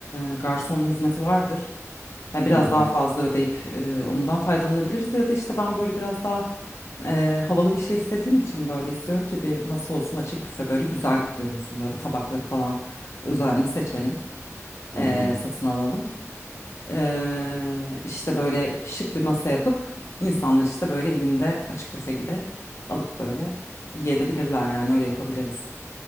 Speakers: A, on the left; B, on the right.
A: e, garson hizmeti vardır. Ya biraz
B: Hı hı.
A: daha fazla ödeyip e, ondan faydalanabiliriz ya da işte ben böyle biraz daha e, havalı bir şey istediğim için böyle istiyorum ki bir masa olsun açık büfe böyle güzel görünsün böyle tabakları falan özenli seçelim
B: Hı
A: e,
B: hı.
A: satın alalım e, işte böyle şık bir masa yapıp insanlar işte böyle elinde açık büfe gibi alıp böyle yiyebilirler yani öyle yapabiliriz.